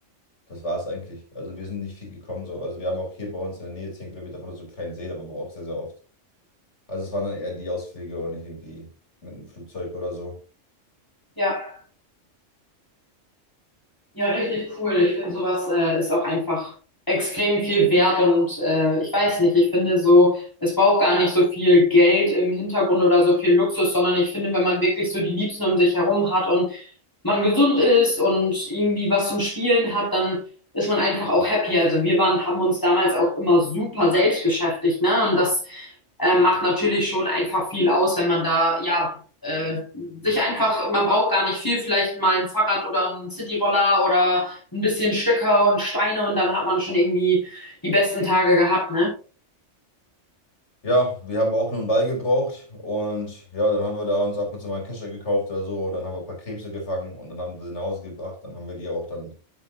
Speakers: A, on the left (about 65°); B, on the left (about 15°).
A: das war es eigentlich. Also wir sind nicht viel gekommen so. Also wir haben auch hier bei uns in der Nähe, 10 Kilometer von uns, so einen kleinen See, da waren wir auch sehr, sehr oft. Also es waren dann eher die Ausflüge und nicht irgendwie mit einem Flugzeug oder so.
B: Ja. Ja, richtig cool. Ich finde, sowas äh, ist auch einfach extrem viel wert und äh, ich weiß nicht, ich finde so, es braucht gar nicht so viel Geld im Hintergrund oder so viel Luxus, sondern ich finde, wenn man wirklich so die Liebsten um sich herum hat und man gesund ist und irgendwie was zum Spielen hat, dann ist man einfach auch happy. Also wir waren, haben uns damals auch immer super selbst beschäftigt, ne? Und das äh, macht natürlich schon einfach viel aus, wenn man da, ja, äh, sich einfach, man braucht gar nicht viel, vielleicht mal ein Fahrrad oder einen Cityroller oder ein bisschen Stöcker und Steine und dann hat man schon irgendwie die besten Tage gehabt, ne?
A: Ja, wir haben auch nur einen Ball gebraucht und ja, dann haben wir da uns ab und zu mal einen Kescher gekauft oder so. Und dann haben wir ein paar Krebse gefangen und dann haben wir sie nach Hause gebracht. Dann haben wir die auch dann